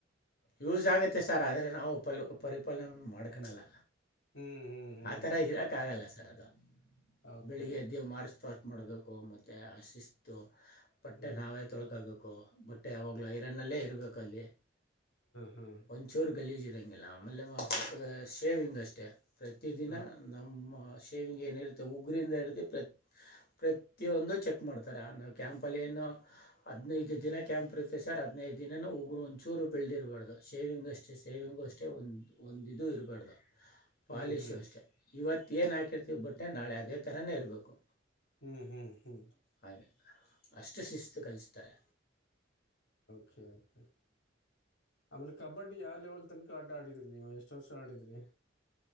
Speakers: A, on the left (about 55°); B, on the left (about 70°).
A: ಯೂಸ್ ಆಗುತ್ತೆ ಸರ್ ಆದರೆ ನಾವು ಪಲ್ ಪರಿಪಾಲನೆ ಮಾಡ್ಕೊಣಲ್ಲ.
B: ಹ್ಞೂ ಹ್ಞೂ ಹ್ಞೂ
A: ಆ ತರ ಇರಕ್ಕಾಗಲ್ಲ ಸರ್ ಅದು.
B: ಓಕೆ
A: ಬೆಳಿಗ್ಗೆ
B: ಓಕೆ
A: ಎದ್ದಿ ಮಾರ್ಚ್ ಫಾಸ್ಟ್ ಮಾಡ್ಬೇಕು ಮತ್ತೆ ಆ ಶಿಸ್ತು. ಬಟ್ಟೆ
B: ಹ್ಞೂ
A: ನಾವೇ ತೊಳ್ಕೋಬೇಕು ಬಟ್ಟೆ ಯಾವಾಗ್ಲೂ ಐರನ್ನಲ್ಲೇ ಇರಬೇಕು ಅಲ್ಲಿ.
B: ಹ್ಞೂ
A: ಒಂಚೂರು ಗಲೀಜ್ ಇರೋಂಗಿಲ್ಲ ಆಮೇಲೆ <unintelligible> ಶೇವಿಂಗ್ ಅಷ್ಟೇ. ಪ್ರತಿದಿನ
B: ಹ್ಞೂ
A: ನಮ್ಮ ಶೇವಿಂಗ್ ಏನಿರುತ್ತ ಮತ್ತು ಉಗುರಿಂದ ಹಿಡ್ದು ಪ್ರ ಪ್ರತಿಯೊಂದು ಚೆಕ್ ಮಾಡ್ತಾರೆ ಅನ್ನ ಕ್ಯಾಂಪಲ್ಲಿ ಏನುದು ಹದಿನೈದು ದಿನ ಕ್ಯಾಂಪ್ ಇರುತ್ತೆ ಸರ್ ಹದಿನೈದು ದಿನನ ಹಗರು ಒಂಚೂರು ಬಿಲ್ಡ್ ಇರಬಾರ್ದು ಶೇವಿಂಗ್ಷ್ಟೇ ಸೇವಿಂಗು ಅಷ್ಟೇ ಒಂದು ಒಂದು ಇಿದದು ಇರಬಾರ್ದು
B: ಹ್ಞೂ
A: ಪಾಲಿಷು
B: ಹ್ಞೂ ಹ್ಞೂ
A: ಅಷ್ಟೆ ಇವತ್ತೇಏನು ಹಾಕಿರ್ತೀವಿ ಬಟ್ಟೆ ನಾಳೆ ಅದೇ ಥರನೇ ಇರಬೇಕು
B: ಹ್ಮ್ ಹ್ಮ್ ಹ್ಮ್
A: ಹಾಗೆ ಅಷ್ಟು ಶಿಸ್ತು ಕಲಿಸ್ತಾರೆ
B: ಕೆ ಕೆ ಆಮೇಲೆ ಕಬಡ್ಡಿ ಯಾವ ಲೆವೆಲ್ ತನಕ ಆಟ ಆಡಿದ್ರಿ ನೀವು ಎಷ್ಟು ವರ್ಷ ಆಡಿದ್ರಿ